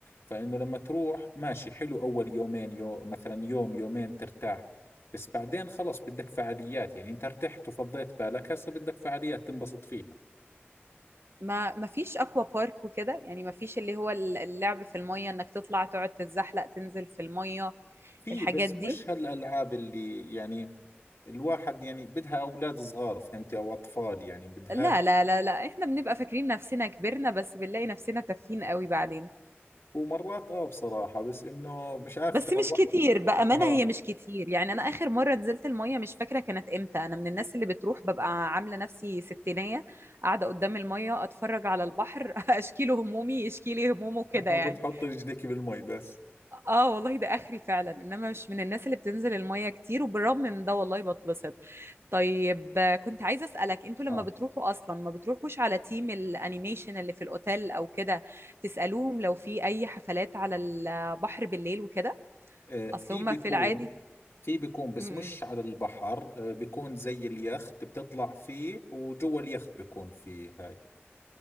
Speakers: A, on the left (about 75°); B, on the right (about 65°).
A: فانه لما تروح ماشي حلو اول يومين يو مثلا يوم يومين ترتاح بس بعدين خلص بدك فعاليات يعني انت ارتحت وفضيت بالك هسه بدك فعاليات تنبسط فيها
B: ما ما فيش اكوا بارك وكده يعني ما فيش اللي هو ال- اللعب في المية انك تطلع تقعد تتزحلق تنزل في المية
A: في
B: الحاجات
A: بس
B: دي
A: مش هالالعاب اللي يعني الواحد يعني بدها اولاد صغار فهمتي او اطفال يعني بدهاش
B: لا لا لا لا احنا بنبقى فاكرين نفسنا كبرنا بس بنلاقي نفسنا تافهين قوي بعدين
A: ومرات اه بصراحة بس انه مش عارف
B: بس
A: ترى
B: مش
A: الواحد
B: كتير بأمانة
A: <laughs> اه
B: هي مش كتير يعني انا اخر مرة نزلت المية مش فاكرة كانت امتى انا من الناس اللي بتروح ببقى عاملة نفسي ستينية قاعدة قدام المية اتفرج على البحر <laughs> اشكيله همومي يشكيلي همومه كده
A: او
B: يعني
A: بتحط رجلك بالمي بس
B: اه والله ده اخري فعلا انما مش من الناس اللي بتنزل المية كتير وبالرغم من ده والله بتبسط طيب آه، كنت عايزة اسألك انتوا لما
A: اه
B: بتروحوا اصلا ما بتروحوش على تيم الانيميشن اللي في الاوتيل او كده تسألوهم لو في اي حفلات على البحر بالليل وكده
A: آه، في
B: اصل هما
A: بيكون
B: في العادي
A: في بيكون بس
B: م-م.
A: مش على البحر آه، بيكون زي اليخت بتطلع فيه وجوا اليخت بيكون فيه هاي